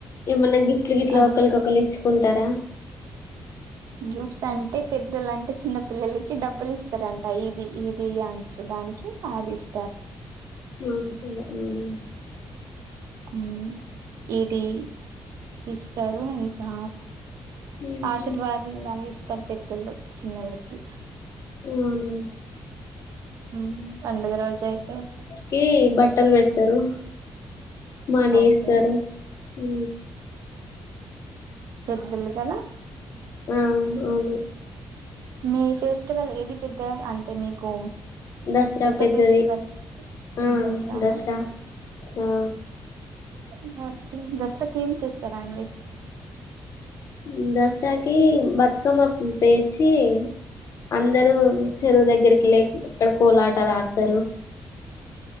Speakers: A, on the left (about 60°); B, on the right (about 75°).
A: ఏమన్నా గిఫ్ట్లు గిట్లా
B: ఆ
A: ఒకలి ఒకలు ఇచ్చుకుం త్తర
B: గిఫ్ట్స్ అంటే పెద్దోలంటే చిన్న పిల్లలకి డబ్బుల్ ఇస్తారంట. ఈది ఇది అంటరు దానికి అది ఇస్
A: ఆహా అవునా
B: మ్ ఏది ఇస్తరు ఇంకా
A: ఉహు
B: ఆశీర్వాదు అవి ఇస్ కని పెద్దోళ్ళు చిన్నోళ్లకి
A: అవునా
B: మ్ పండగ రోజయితే
A: కీ బట్టలు పెడతరు. మనీ
B: ఓకే
A: ఇస్తారు హ్
B: పెద్దోళ్ళు కదా
A: ఆ అవును అవును
B: మీ ఫెస్టివల్ ఏది పెద్ద అంటే మీకు
A: దసరా
B: పెద్ద
A: పెద్దది
B: ఫెస్టివల్
A: ఆ
B: దసరానా
A: దసరా ఆ
B: ఓకే దసరాకి ఏం చేస్తారా అండి
A: ఉమ్ దసరాకి భతు కమ్మకు పేర్చి అందరూ చెరువు దగ్గరికి లేకి ఇక్కడకు పోలాటలు ఆడతారు